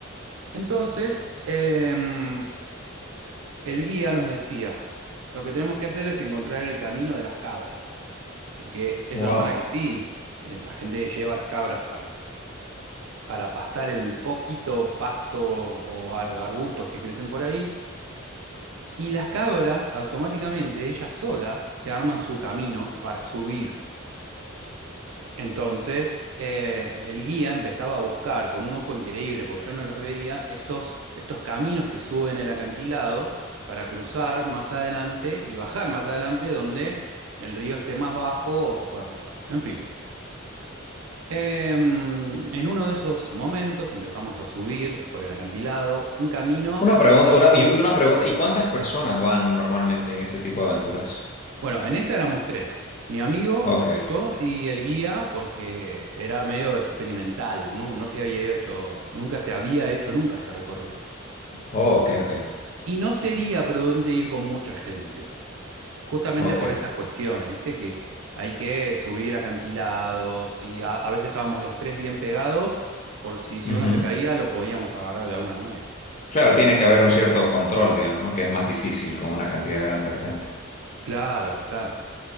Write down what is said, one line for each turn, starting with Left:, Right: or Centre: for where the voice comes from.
Right: Entonces, em, el guía nos decía, lo que tenemos que hacer es encontrar el camino de las cabras, porque es
Left: wow.
Right: una zona que sí, eh, la gente lleva las cabras para para pastar el poquito pasto o ar- arbustos que crecen por ahí. Y las cabras automáticamente, ellas solas, se arman su camino para subir. Entonces, eh, el guía empezaba a buscar con un ojo increíble, porque yo no los veía, estos, estos caminos que suben el acantilado para cruzar más adelante y bajar más adelante donde el río esté más bajo o se pueda cruzar. En fin. Em, en uno de esos momentos empezamos a subir por el acantilado, un camino.
Left: Una pregunta,
Right: Claro.
Left: una, y una pregunta, ¿y cuántas personas van normalmente en ese tipo de aventuras?
Right: Bueno, en esta éramos tres, mi amigo,
Left: Ok.
Right: yo y el guía, porque era medio experimental, no, no se había hecho, nunca se había hecho nunca este recorrido.
Left: Oh, ok, ok,
Right: Y no sería prudente ir con mucha gente, justamente
Left: ok.
Right: por estas cuestiones, viste que hay que subir acantilados y a, a veces estábamos los tres bien pegados, por si, si
Left: Ujú.
Right: uno se caía lo podíamos agarrar de alguna manera.
Left: Claro, tiene que haber un cierto control, digamos, ¿no? Que es más difícil con una cantidad grande de gente.
Right: Claro, claro.